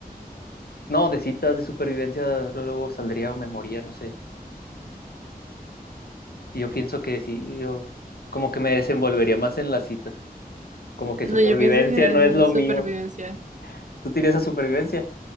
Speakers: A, on the left; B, on the right.
A: No, de citas de supervivencia luego luego saldría o me moría, no sé. Y Yo pienso que sí, yo como que me desenvolvería más en las citas. Como que
B: No,
A: supervivencia
B: yo pienso que de
A: no
B: uno
A: es
B: de
A: lo
B: supervivencia.
A: mío. ¿Tú tienes a supervivencia?